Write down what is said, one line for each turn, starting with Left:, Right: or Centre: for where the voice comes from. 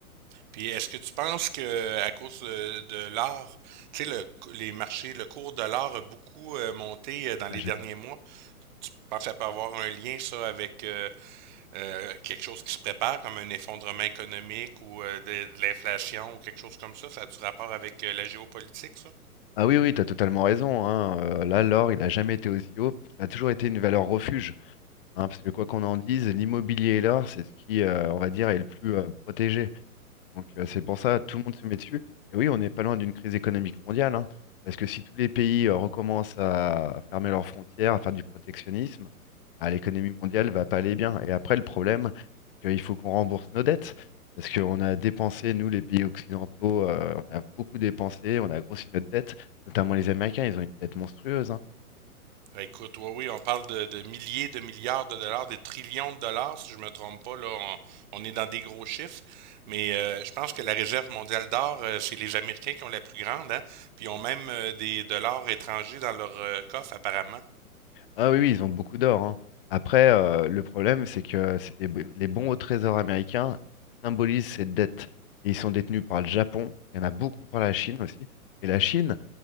Right: Puis est-ce que tu penses que à cause de, de l'or, tu sais le- les marchés, le cours de l'or a beaucoup euh, monté euh, dans les
Left: Ah, j'ai
Right: derniers
Left: vu.
Right: mois? tu penses que ça peut avoir un lien, ça, avec euh, euh, quelque chose qui se prépare, comme un effondrement économique ou euh, de, de l'inflation ou quelque chose comme ça? Ça a-tu rapport avec euh, la géopolitique, ça?
Left: Ah oui, oui, t'as totalement raison. hein. Euh, là, l'or, il a jamais été aussi haut. Ça a toujours été une valeur refuge. hein, parce que quoi qu'on en dise, l'immobilier et l'or, c'est ce qui, euh, on va dire, est le plus euh, protégé. Donc euh, c'est pour ça tout le monde se met dessus. Et oui, on n'est pas loin d'une crise économique mondiale, hein, parce que si tous les pays euh, recommencent à, fermer leurs frontières, à faire du protectionnisme, bah, l'économie mondiale va pas aller bien. Et après, le problème, c'est qu'il faut qu'on rembourse nos dettes, parce qu'on a dépensé, nous, les pays occidentaux, euh, on a beaucoup dépensé, on a grossi notre dette, notamment les Américains, ils ont une dette monstrueuse. hein.
Right: Écoute, oui, oui, on parle de, de milliers de milliards de dollars, des trillions de dollars, si je me trompe pas, là, on, on est dans des gros chiffres. Mais euh, je pense que la réserve mondiale d'or, euh, c'est les Américains qui ont la plus grande, hein, puis ils ont même euh, des dollars étrangers dans leur euh, coffre, apparemment.
Left: Ah oui, oui, ils ont beaucoup d'or, hein. Après, euh, le problème, c'est que c'est des b- les bons au trésor américains symbolisent ces dettes. Et ils sont détenus par le Japon, il y en a beaucoup par la Chine aussi. Et la Chine,